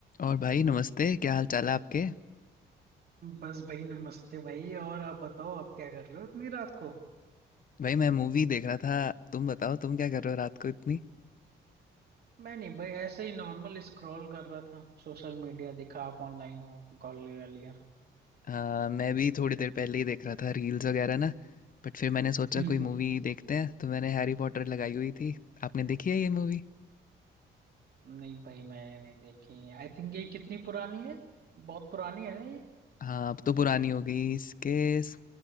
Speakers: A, on the left; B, on the right.
A: और भाई नमस्ते क्या हाल चाल है आपके
B: बस भाई नमस्ते भाई और आप बताओ आप क्या कर रहे हो इतनी रात को
A: भाई मैं मूवी देख रहा था तुम बताओ तुम क्या कर रहे हो रात को इतनी
B: मैं नहीं भाई ऐसे ही नॉर्मल स्क्रॉल कर रहा था सोशल मीडिया देखा आप ऑनलाइन हो तो कॉल लगा लिया
A: आ, मैं भी थोड़ी देर पहले ही देख रहा था रील्स वगैरह ना बट फिर मैंने सोचा
B: हम्म,
A: कोई मूवी
B: <laughs>
A: देखते हैं तो मैंने हैरी पॉटर लगाई हुई थी आपने देखी है ये मूवी
B: नहीं भाई मैंने नहीं देखी आई थिंक ये कितनी पुरानी है बहुत पुरानी है ना ये
A: हाँ अब तो पुरानी हो गई इसके स-